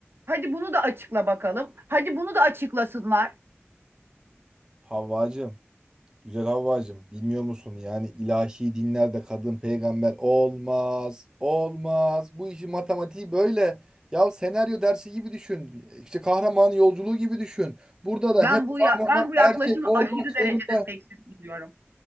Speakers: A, on the right; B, on the right.
A: Hadi bunu da açıkla bakalım. Hadi bunu da açıklasınlar.
B: Havvacım, güzel Havvacım. Bilmiyor musun? Yani ilahi dinlerde kadın peygamber olmaz. Olmaz. Bu işin matematiği böyle. Ya senaryo dersi gibi düşün. İşte kahraman yolculuğu gibi düşün. Burada da
A: Ben
B: hep
A: bu
B: kahraman
A: ya ben bu yaklaşımı
B: erkek olmak
A: aşırı
B: zorunda.
A: derecede seksist buluyorum.